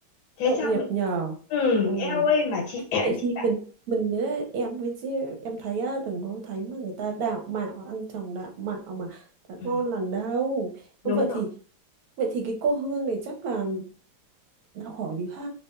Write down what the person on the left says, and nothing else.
Thế
xong
rồi,
ừ,
eo ơi mà chị <clears throat>
chị
bảo,
"Ừ,
đúng
rồi.